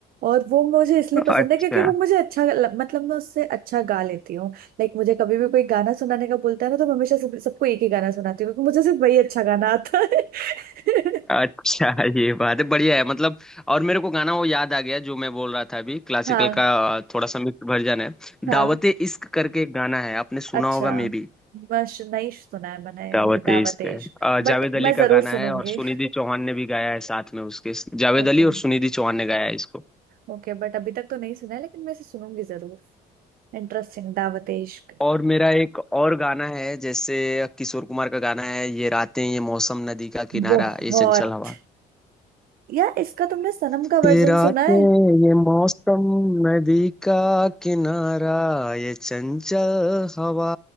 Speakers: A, on the right (about 60°); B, in the centre.
A: और वो मुझे इसलिए
B: अच्छा
A: पसंद है क्योंकि वो मुझे अच्छा ल- मतलब मैं उससे अच्छा गा लेती हूँ लाइक मुझे कभी भी कोई गाना सुनाने का बोलता है ना तो मैं हमेशा सब, सबको एक ही गाना सुनाती हूँ क्योंकि मुझे सिर्फ वही अच्छा गाना आता है <laughs>
B: अच्छा ये बात है बढ़िया है मतलब और मेरे को गाना वो याद आ गया जो मैं बोल रहा था अभी क्लासिकल
A: हाँ
B: का अ, थोड़ा सा मिक्स वर्जन है
A: हाँ
B: दावते इश्क करके एक गाना है आपने सुना
A: अच्छा
B: होगा मे बी
A: मश नहीं सुना है मैंने
B: दावते
A: दावत
B: इश्क
A: इश्क
B: है अ,
A: बट
B: जावेद
A: मैं
B: अली
A: जरूर
B: का गाना
A: सुनूंगी
B: है और सुनिधि चौहान ने भी गाया है साथ में उसके जावेद
A: ओके
B: अली और सुनिधि चौहान ने गाया है इसको।
A: ओके बट अभी तक तो नहीं सुना है लेकिन मैं इसे सुनूंगी जरूर इंटरेस्टिंग दावत इश्क
B: और मेरा एक और गाना है जैसे किशोर कुमार का गाना है ये रातें ये मौसम नदी का किनारा
A: बहुत
B: ये चंचल हवा
A: यार इसका तुमने सनम का
B: ये
A: वर्जन
B: रातें
A: सुना है
B: ये मौसम नदी का किनारा ये चंचल हवा